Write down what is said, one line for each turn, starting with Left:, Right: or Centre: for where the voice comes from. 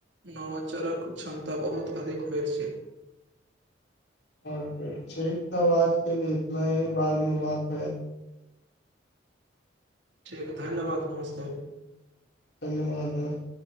Right: नवाचारक क्षमता बहुत अधिक हो छै
Left: आ ठीक त आज के लि इतना ही बाद मे बात है
Right: ठीक धन्यवाद नमस्कार
Left: धन्यवाद नमस्कार